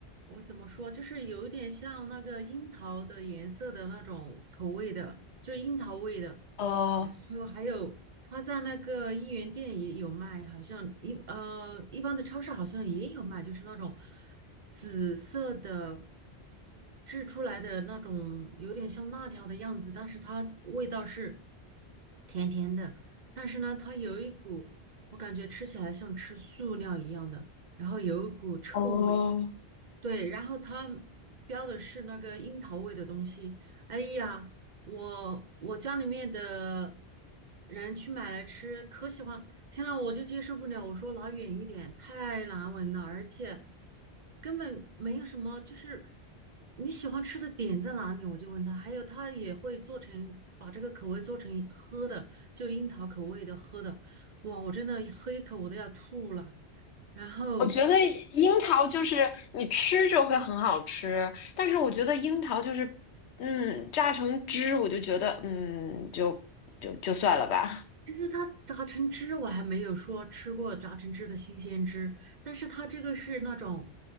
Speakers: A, on the right; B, on the left.
A: 我怎么说，就是有一点像那个樱桃的颜色的那种口味的，就是樱桃味的。
B: 哦
A: 然后还有它在那个一元店也有卖，好像一呃一般的超市好像也有卖，就是那种紫色的制出来的那种，有点像辣条的样子，但是它味道是甜甜的，但是呢，它有一股。我感觉吃起来像吃塑料一样的，然后有一股臭味。
B: 哦，
A: 对，然后他标的是那个樱桃味的东西。哎呀，我我家里面的人去买来吃，可喜欢。天呐，我就接受不了。我说拿远一点，太难闻了，而且根本没有什么，就是你喜欢吃的点在哪里，我就问他。还有他也会做成把这个口味做成喝的，就樱桃口味的喝的。哇，我真的喝一口我都要吐了。然后。
B: 我觉得樱桃就是你吃着会很好吃，但是我觉得樱桃就是，嗯，榨成汁我就觉得，嗯，就就就算了吧，
A: 就是它榨成汁我还没有说吃过榨成汁的新鲜汁，但是它这个是那种，